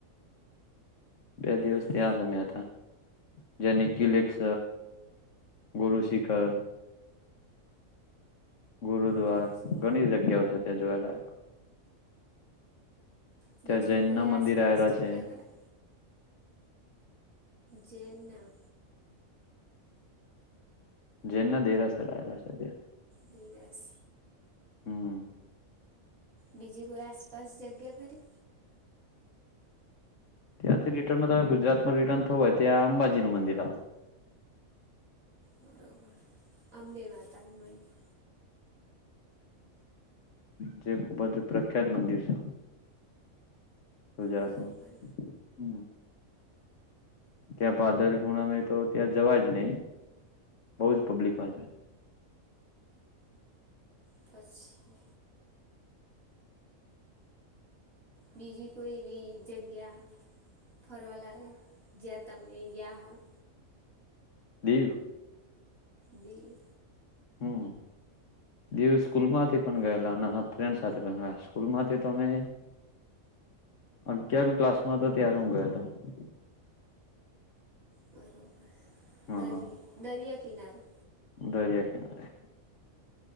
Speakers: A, on the left; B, on the right.
A: બે દિવસ
B: હમ
A: તયા જ અમેં હતા. જેનિકિલસ, ગુરુ શિખર. ગુરુદ્વાર
B: પછી
A: ઘણી જગ્યાઓ છે. ત્યાં જોવાલાયક.
B: બીજું
A: ત્યાં જૈન
B: કોઈ
A: ના મંદિર
B: આસપાસ
A: આવેલા
B: જગ્યા
A: છે
B: ખરા? જેનના?
A: જેનના દેરાસર આવેલા છે ત્યાં.
B: ડીવસ.
A: હમ હ.
B: બીજી કોઈ આસપાસ જગ્યા ખરી
A: ત્યાંથી રિટર્નમાં ગુજરાતમાં રિટર્ન થવું હોય ત્યાં અંબાજી નું મંદિર આવે.
B: બરોબર અંબે માતાનું મંદિર.
A: જે ખૂબ જ પ્રખ્યાત મંદિર છે. ગુજરાતમાં
B: બરોબર
A: હ. ત્યાં ભાદરપૂર્ણામે તો ત્યાં જવા જ નહી બહ જ પબ્લિકમાં છે.
B: પછી? બીજી કોઈ એવી જગ્યા ફરવા લાયક જ્યાં તમે ગયા હોય.
A: દીવ.
B: દીવ.
A: હમ દિવ સ્કૂલ માંથી પણ ગયેલા અને ફ્રેન્ડ સાથે ગ સ્કૂલમાંથી તો અમે અગયારમી ક્લાસમાં હતો ત્યારે હું ગયો હતો.
B: બરોબર
A: હા
B: દરિયા દરિયા કિનારો.
A: દરિયા કિનારે